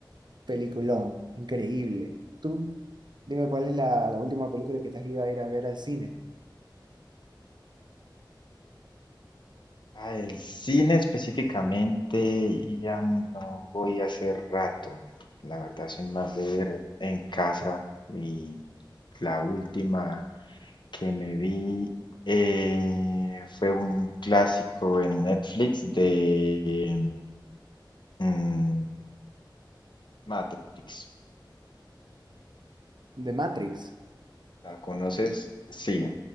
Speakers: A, on the right (about 65°); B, on the left (about 70°).
A: peliculón, increíble. Tú, dime cuál es la, la última película que te has ido a ir a ver al cine,
B: Al cine específicamente, ya no voy hace rato. La verdad, soy más de ver en casa. Y la última que me vi eh, fue un clásico en Netflix de mm, Matrix.
A: de Matrix.
B: ¿La conoces? Sí.